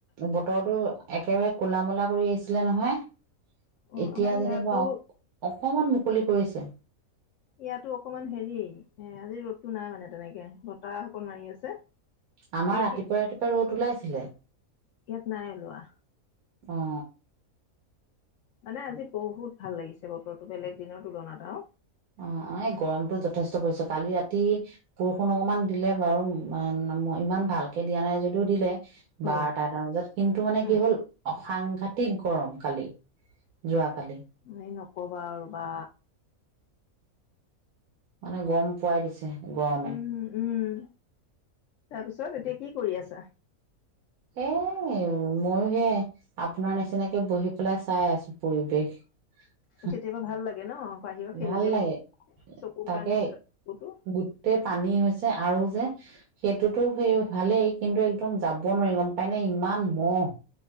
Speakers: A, on the right; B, on the left.
A: বতৰটো একেবাৰে কুলা- মুলা কৰি আহিছিলে নহয়।
B: অ
A: এতিয়া
B: আমাৰ
A: যেনিবা
B: ইয়াতো
A: অ' অকমান মুকলি কৰিছে।
B: ইয়াতো অকমান হেৰি, এ আজি ৰ'দতো নাই মানে তেনেকে বতাহ অকণ মাৰি আছে।
A: আমাৰ
B: এই
A: ৰাতিপুৱাই ৰাতিপুৱাই ৰ'দ ওলাইছিলে।
B: ইয়াত নাই ওলোৱা
A: অ'
B: মানে আজি বহুত ভাল লাগিছে বতৰৰতো বেলেগ দিনৰ তুলনাতটা আৰু।
A: অ' অ' এই গৰমতটো যথেষ্ট পৰিছে কালি ৰাতি- বৰষুণ অকমান দিলে বাৰু ইমান ভালকে দিয়া নাই যদিও দিলে
B: অ
A: বাৰ তাত। তাৰপিছত। কিন্তু মানে
B: উম
A: কি হ'ল অসাংঘাতিক গৰম কালি যোৱ কালি।
B: য়ে নক'বা আৰু বা।
A: মানে গম পোৱাই দিছে। গৰমে
B: উম উম, তাৰপিছত এতিয়া কি কৰি আছা?
A: এ, মইয়ো হেয়াই আপোনাৰ নিচিনাকৈ বহি পেলাই চাই আছোঁ, পৰিৱেশ। <unintelligible>
B: কেতিয়াবা ভাল লাগে ন, বাহিৰৰ সেউজীয়াৰ
A: ভাল লাগে তাকে
B: কাৰণেও চকুটো।
A: গোটেই পানী হৈছে আৰু যে। সেইটোতো, সেই ভালেই। কিন্তু একদম যাব নোৱাৰি, গম পাইনে? ইমান মহ,